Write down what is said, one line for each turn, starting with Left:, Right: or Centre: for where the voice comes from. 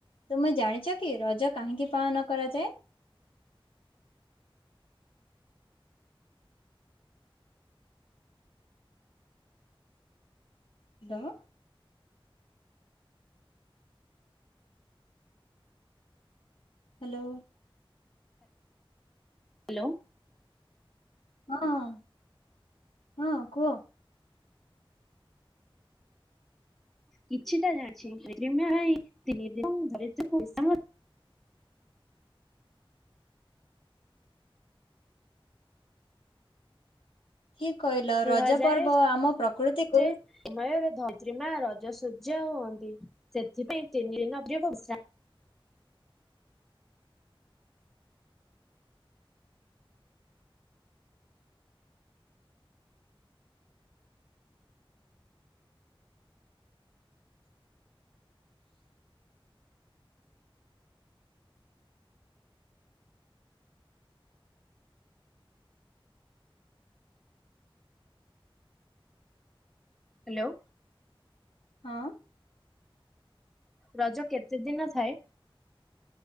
Left: ତୁମେ ଜାଣିଛ କି ରଜ କାହିଁକି ପାଳନ କରାଯାଏ? ହ୍ୟାଲୋ। ହ୍ୟାଲୋ।
Centre: ହ୍ୟାଲୋ।
Left: ହଁ ହଁ କୁହ।
Centre: କିଛିଟା ଜାଣିଛି ତିନି ଦିନ ଧରୁ ପଇସା <inaudible>
Left: ଠିକ କହିଲ
Centre: କୁହାଯାଏ
Left: ରଜ ପର୍ବ ଆମ ପ୍ରକୃତିକୁ
Centre: ଯେ ସମୟରେ ଧରିତ୍ରୀ ମା ରଜସଜ୍ୟା ହୁଅନ୍ତି ସେଥିପାଇଁ ତିନି ଦିନ ପ୍ରିୟ ବର୍ଷା ହ୍ୟାଲୋ।
Left: ହଁ।
Centre: ରଜ କେତେ ଦିନ ଥାଏ?